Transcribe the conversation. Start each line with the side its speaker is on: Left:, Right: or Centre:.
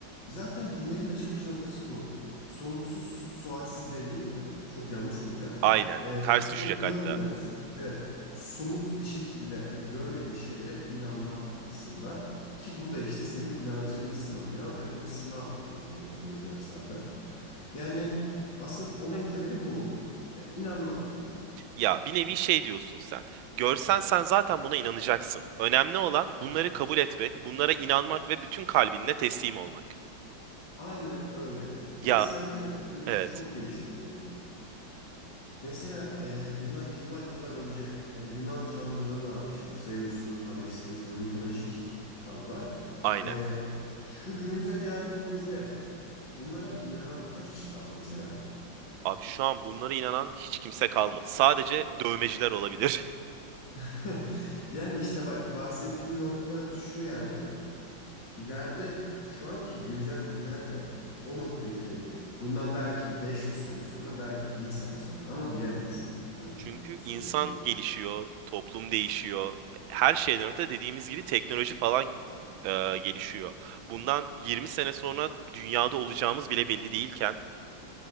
Left: Zaten dinlerin de çıkış noktası bu. Sorgusuz sualsiz demeyeyim de çok yanlış olacak.
Right: Aynen.
Left: Ee,
Right: Ters
Left: bunları
Right: düşecek
Left: görmeden
Right: hatta.
Left: evet somut bir şekilde hani görmediği şeylere inanmak aslında. Ki burada işte senin inancın sınanıyor ve bu bir sınav gözüyle bakılıyor inançlarda. Yani aslında olayın temeli bu. Yani inanmak.
Right: Ya bir nevi şey diyorsun sen. Görsen sen zaten buna inanacaksın. Önemli olan bunları
Left: Evet.
Right: kabul etmek, bunlara inanmak ve bütün kalbinle teslim olmak.
Left: Aynen öyle.
Right: Ya
Left: Bir de sen dedin ya teknoloji
Right: evet.
Left: çok gelişiyor diye. Mesela e, bundan yıllar yıllar önce e, Yunan tanrıları vardı işte Zeus'tur, Hades'tir, bu mitolojik tanrılar.
Right: Aynen.
Left: E, şu günümüze geldiğimizde bunlara inanan kaç kişi kaldı mesela?
Right: Abi şu an bunlara inanan hiç kimse kalmadı. Sadece dövmeciler olabilir. <laughs>
Left: <laughs> Yani işte bak bahsettiğim nokta şu yani İleride şu anki güncel dinler de o noktaya gelebilir. Bundan belki 500 sene sonra, belki 1000 sene sonra ama bilemeyiz. Tabii bu
Right: Çünkü
Left: süreci.
Right: insan gelişiyor, toplum değişiyor. Her şeyden öte dediğimiz gibi teknoloji falan e, gelişiyor. Bundan 20 sene sonra dünyada olacağımız bile belli değilken